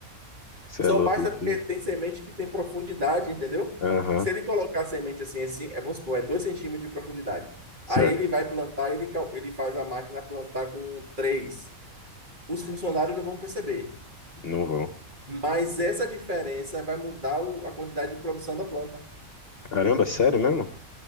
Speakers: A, on the left; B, on the right.
A: Cê
B: Só
A: é louco,
B: basta
A: esse.
B: porque tem semente que tem profundidade, entendeu?
A: Aham,
B: Se ele colocar a semente assim, assim, é, vamos supor, é 2 centímetros de profundidade.
A: certo,
B: Aí ele vai plantar, ele, cal- ele faz a máquina plantar com três Os funcionários não vão perceber.
A: não vão.
B: Mas essa diferença vai mudar o- a quantidade de produção da planta.
A: Caramba, sério mesmo?